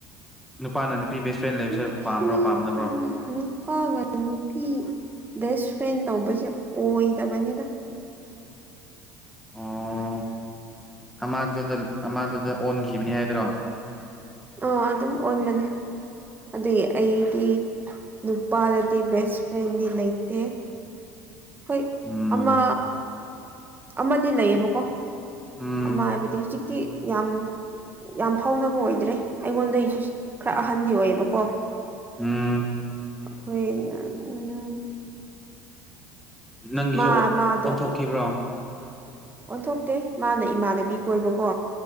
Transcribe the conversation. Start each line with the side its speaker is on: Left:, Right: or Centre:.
Centre: ꯅꯨꯄꯥꯅ ꯅꯨꯄꯤ ꯕꯦꯁ ꯐ꯭ꯔꯦꯟ ꯂꯩꯕꯁꯦ
Right: ꯅꯨꯄꯤ
Centre: ꯄꯥꯝꯕ꯭ꯔꯣ ꯄꯥꯝꯗꯕ꯭ꯔꯣ
Right: ꯎꯝ ꯅꯨꯄꯥꯒ ꯅꯨꯄꯤ ꯕꯦꯁ ꯐ꯭ꯔꯦꯟ ꯇꯧꯕꯁꯦ ꯑꯣꯏꯗꯕꯅꯤꯗ
Centre: ꯑꯣ ꯑꯃꯗꯨꯗ ꯑꯃꯥꯗꯨꯗ ꯑꯣꯟꯈꯤꯕꯅꯤ ꯍꯥꯏꯗ꯭ꯔꯣ
Right: ꯑ ꯑꯗꯨꯝ ꯑꯣꯟꯕꯅꯦ ꯑꯗꯒꯤ ꯑꯩꯗꯤ ꯅꯨꯄꯥꯗꯗꯤ ꯕꯦꯁ ꯐ꯭ꯔꯦꯟꯗꯤ ꯂꯩꯇꯦ ꯍꯣꯏ
Centre: ꯎꯝ
Right: ꯑꯃ ꯑꯃꯗꯤ ꯂꯩꯌꯦꯕꯀꯣ
Centre: ꯎꯝ
Right: ꯑꯃ ꯍꯥꯏꯕꯗꯤ ꯍꯧꯖꯤꯛꯇꯤ ꯌꯥꯝ ꯌꯥꯝ ꯐꯥꯎꯅꯕ ꯑꯣꯏꯗ꯭ꯔꯦ ꯑꯩꯉꯣꯟꯗꯗꯒꯤꯁꯨ ꯈꯔ ꯑꯍꯟꯗꯤ ꯑꯣꯏꯌꯦꯕꯀꯣ
Centre: ꯎꯝ
Right: ꯍꫭꯏꯅ ꯎꯝ
Centre: ꯅꯪꯒꯤꯁꯨ
Right: ꯃꯥ ꯃꯥꯗꯣ
Centre: ꯑꯣꯟꯊꯣꯛꯈꯤꯕ꯭ꯔꯣ
Right: ꯑꯣꯟꯊꯣꯛꯇꯦ ꯃꯥꯅ ꯏꯃꯥꯟꯅꯕꯤ ꯀꯣꯏꯕꯀꯣ